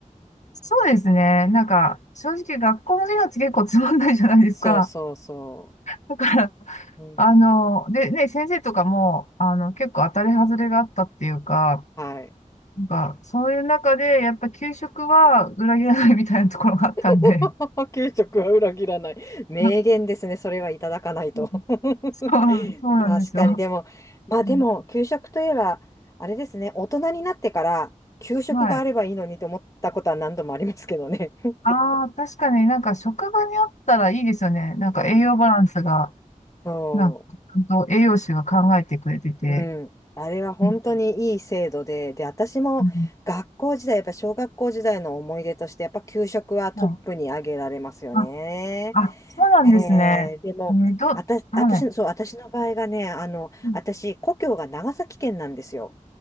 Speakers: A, on the left (about 60°); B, on the left (about 25°).
A: そうですね。なんか、正直学校の授業って結構つまんないじゃないですか。
B: そうそうそ
A: だから、
B: う。うん、
A: あの、でね、先生とかも、あの、結構当たり外れがあったっていうか、
B: はい。
A: なんか、そういう中で、やっぱ給食は裏切らないみたいなところがあったんで、
B: <laughs> 給食は裏切らない。名言ですね。
A: うん
B: それはいただかないと。
A: <laughs> そう、
B: <laughs>
A: そうなんですよ。
B: 確かに。でも、まあでも、
A: うん
B: 給食といえば、あれですね。大人になってから、給食があればいいのにと思ったことは何度もありますけどね。
A: はい。
B: <laughs>
A: ああ、確かになんか職場にあったらいいですよね。なんか栄養バランスが、
B: うん。そう。
A: なんか、ちゃんと栄養士が考えてくれてて。
B: うん。あれは本当にいい制度で、
A: うん
B: で、私も学校時代、
A: うん
B: やっぱ小学校時代の思い出として、やっぱ給食はトップに挙げられますよね。
A: はい。あ、あ、そうなんですね。
B: へえ、でも、
A: えー、ど、
B: 私、
A: はい。
B: 私の、そう、私の場合がね、あの、
A: うん
B: 私、故郷が長崎県なんですよ。